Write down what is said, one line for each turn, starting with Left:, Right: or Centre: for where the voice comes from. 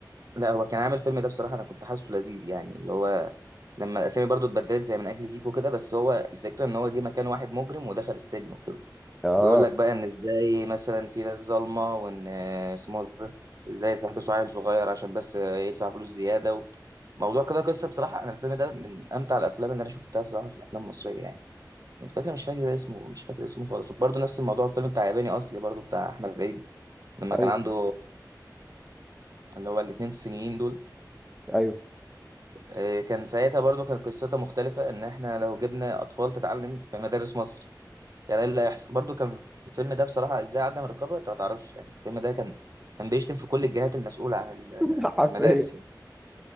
Right: لا هو كان عامل الفيلم ده بصراحة أنا كنت حاسه لذيذ يعني اللي هو لما الأسامي برضو اتبدلت زي من أجل زيكو كده بس هو الفكرة إن هو جه مكان واحد مجرم ودخل السجن وكده
Centre: اه
Right: وبيقول لك بقى إن إزاي مثلا في ناس ظالمة وإن آه، اسمه ده إزاي تحبسوا عيل صغير عشان بس آه، يدفع فلوس زيادة و... موضوع كده قصة بصراحة أنا الفيلم ده من أمتع الأفلام اللي أنا شفتها بصراحة في الأفلام المصرية يعني الفكرة مش فاكر اسمه مش فاكر اسمه خالص وبرضه نفس الموضوع الفيلم بتاع ياباني أصلي برضه بتاع أحمد عيد لما كان
Centre: ايوه
Right: عنده اللي هو الاتنين الصينيين دول
Centre: ايوه
Right: إيه، كان ساعتها برضو كان قصتها مختلفة إن إحنا لو جبنا أطفال تتعلم في مدارس مصر كان إيه اللي هيحصل برضو كان الفيلم ده بصراحة إزاي عدم الرقابة أنت ما تعرفش يعني الفيلم ده كان كان بيشتم في كل الجهات المسؤولة عن ال-
Centre: <laughs>
Right: عن
Centre: حرفيا
Right: المدارس يعني